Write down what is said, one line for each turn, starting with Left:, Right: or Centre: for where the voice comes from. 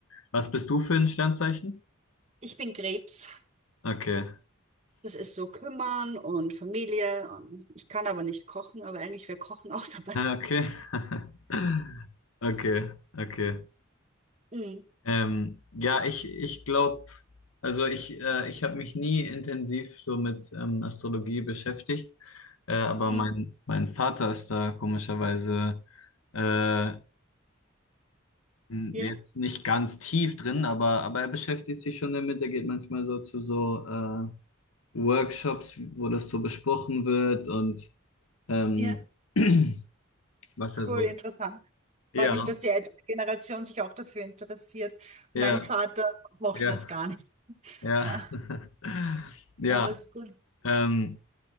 Left: Was bist du für ein Sternzeichen?
Right: Ich bin Krebs.
Left: Okay.
Right: Das ist so kümmern und Familie und ich kann aber nicht kochen, aber eigentlich wäre Kochen auch <laughs> dabei.
Left: Ah, Okay. <laughs> Okay, okay.
Right: Mhm.
Left: Ähm, ja, ich, ich glaube, also ich, äh, ich habe mich nie intensiv so mit ähm, Astrologie beschäftigt, äh, aber
Right: Mhm.
Left: mein, mein Vater ist da komischerweise äh, n-
Right: Ja,
Left: jetzt nicht ganz tief drin, aber, aber er beschäftigt sich schon damit. Er geht manchmal so zu so äh, Workshops, wo das so besprochen wird und ähm,
Right: ja,
Left: <clears throat> was
Right: cool,
Left: er so.
Right: interessant.
Left: Ja,
Right: Freut mich, dass die ältere Generation sich auch dafür interessiert. Mein
Left: ja,
Right: Vater mochte
Left: ja.
Right: das gar nicht.
Left: Ja,
Right: Ja,
Left: <laughs> ja,
Right: Ja, aber es ist gut.
Left: ähm,